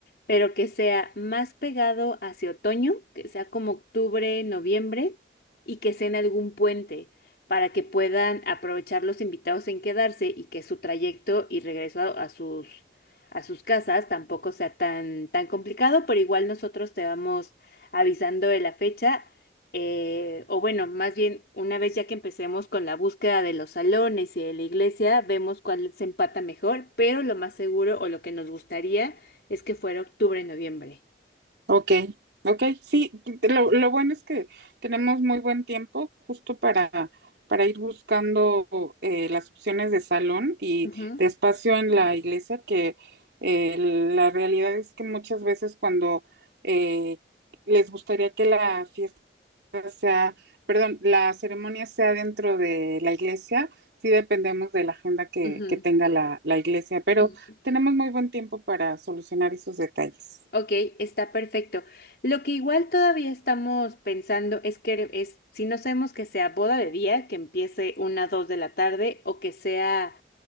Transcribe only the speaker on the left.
pero que sea más pegado hacia otoño, que sea como octubre, noviembre y que sea en algún puente para que puedan aprovechar los invitados en quedarse y que su trayecto y regreso a, a sus a sus casas tampoco sea tan tan complicado, pero igual nosotros te vamos avisando de la fecha eh, o bueno, más bien una vez ya que empecemos con la búsqueda de los salones y de la iglesia, vemos cuál se empata mejor, pero lo más seguro o lo que nos gustaría es que fuera octubre, noviembre.
Ujú,
ujú.
ujú.
Ok, está perfecto. Lo que igual todavía estamos pensando es que es, si no sabemos que sea boda de día, que empiece una, dos de la tarde, o que sea